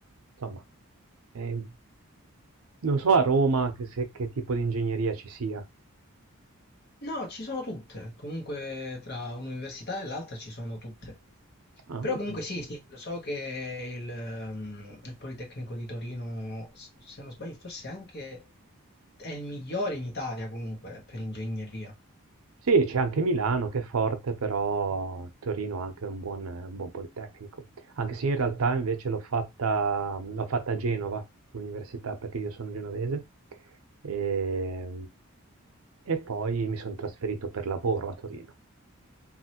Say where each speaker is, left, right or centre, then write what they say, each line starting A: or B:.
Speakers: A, on the right; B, on the left.
A: insomma. Ehm, non so a Roma che se che tipo di ingegneria ci sia.
B: No, ci sono tutte. Comunque tra un'università e l'altra ci sono tutte.
A: Ah,
B: Però
A: oka
B: comunque sì, sì, lo so che il, ehm, il Politecnico di Torino, s- se non sbaglio, forse anche è il migliore in Italia comunque per ingegneria.
A: Sì, c'è anche Milano che è forte, però Torino ha anche un buon, un buon politecnico. Anche se in realtà invece l'ho fatta, l'ho fatta a Genova, l'università, perché io sono genovese. E, e poi mi sono trasferito per lavoro a Torino.